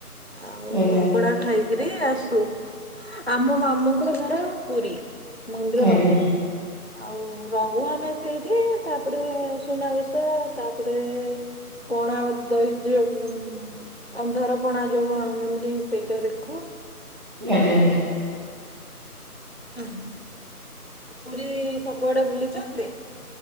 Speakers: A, on the left (about 45°); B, on the right (about 30°).
A: ଆଉ
B: ଆଜ୍ଞା
A: ଅଭଡା ଖାଇକିରି ଆସୁ। ଆମ ମାମୁଁଙ୍କ ଘର ପୁରୀ ମନ୍ଦିର
B: ଆଜ୍ଞା ଆଜ୍ଞା
A: ପାଖରେ। ଆଉ ରହୁ ଆମେ ସେଇଠି ତାପରେ ସୁନାବେଶ ତାପରେ ପଣା ଦେଇ ଦବୁ। ଅନ୍ଧାରପଣା ଯୋଉ ଭାଙ୍ଗନ୍ତି ସେଇଟା ଦେଖୁ।
B: ଆଜ୍ଞା ଆଜ୍ଞା।
A: ହୁଁ ଆଉ ପୁରୀ ସବୁଆଡେ ବୁଲିଛନ୍ତି?